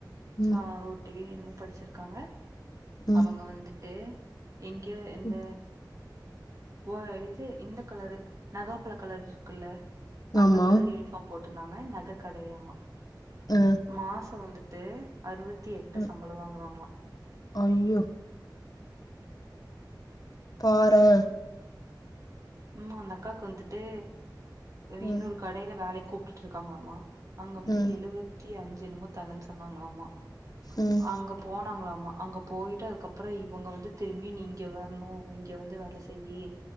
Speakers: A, on the left; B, on the right.
A: ம்
B: சா ஒரு டிகிரி என்னமோ படிச்சிருக்காங்க
A: ம்
B: அவங்க வந்து ட்டு எங்க ந்த
A: ம்.
B: ஓ இது இந்த கலரு நகாப்பழ கலர் இருக்குல்ல அந்த
A: ஆமா
B: கலர் யூனிஃபார்ம் போட் இருந்தாங்க நக கடயமா
A: அ
B: மாச வந்து ட்டு அறுபத்தி எட்டு
A: அ
B: சம்பளம் வாங்குறாங்களாம்
A: ஐயோ பாரன்
B: உமா அந்த அக்காக்கு வந்துட்டு இன்னொரு
A: ம்
B: கடைல வேலைக்கு கூப்ட்டுட்டு இருக்காங்களாமா அங்க வந்து
A: ம்
B: எழுவது வத்தி அஞ்சு தரன் சொன்னாங்களாமா
A: ம்
B: அங்க போன் ங்களாமா அங்க போயிட்டு அதுக்கப்புறம் இவங்க வந்து திரும்பி நீங்க வரணும் இங்க வந்து வேல செய்யி